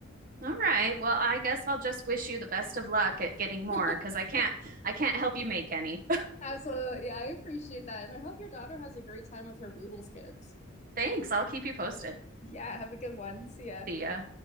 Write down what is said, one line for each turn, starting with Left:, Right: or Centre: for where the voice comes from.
Right: All right. Well, I guess I'll just wish you the best of luck at getting more
Left: <laughs>
Right: because I can't I can't help you make any.
Left: Absolutely. Yeah, I appreciate that. And I hope your daughter has a great time with her Woobles kids.
Right: <laughs> Thanks. I'll keep you posted.
Left: Yeah, have a good one. See ya.
Right: See ya.